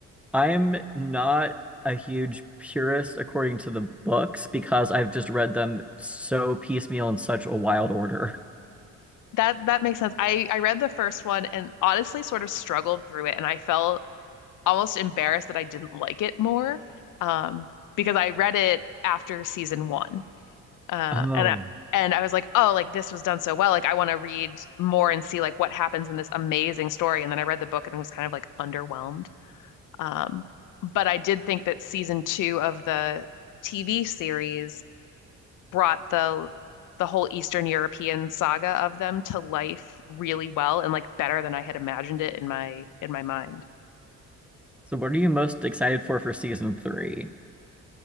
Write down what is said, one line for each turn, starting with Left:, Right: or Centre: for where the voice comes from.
Centre: I'm not a huge purist according to the books because I've just read them so piecemeal in such a wild order.
Left: That that makes sense. I I read the first one and honestly sort of struggled through it, and I felt almost embarrassed that I didn't like it more, um, because I read it after season one, uh,
Centre: Oh.
Left: and I, and I was like, oh, like this was done so well, like I want to read more and see like what happens in this amazing story, and then I read the book and was kind of like underwhelmed. Um, but I did think that season two of the TV series brought the the whole Eastern European saga of them to life really well and like better than I had imagined it in my in my mind.
Centre: So what are you most excited for for season three?